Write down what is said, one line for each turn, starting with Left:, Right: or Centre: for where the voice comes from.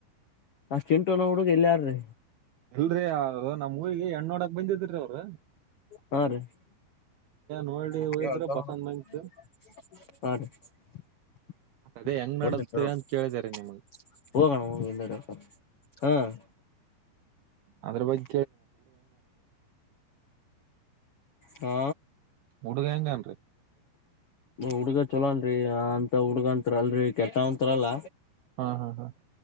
Left: ಆ ಚಿಂಟುನ ಹುಡುಗ ಎಲ್ಲರ್ರೀ
Right: ಎಲ್ರರಿ ಯ ನಮ್ಮ್ ಊರಿಗೆ ಹೆಣ್ಣು ನೋಡಕ್ ಬಂದಿದ್ರಿ ಅವರು
Left: ಹಾ ರೀ <unintelligible>
Right: ನೋಡಿ ಹೋಗಿದ್ರ ಪಸಂದ್ ಬಂತು ಅದೇ ಹೆಂಗ್ ನಡತ್ರಿ ಅಂತ ಕೇಳಿದಾರೆ ನಿಮ್ಗ ಅದ್ರ ಬಗ್
Left: <unintelligible> ಹಾ
Right: ಹುಡುಗ ಹೆಂಗನ್ರಿ
Left: ಹುಡುಗ ಚಲೋ ಅಲ್ರಿ ಅಂತ ಹುಡ್ಗಂತರ ಅಲ್ರರಿ ಕೆಟ್ಟವಂತರಲ್ಲ.
Right: ಹಾ ಹಾ ಹಾ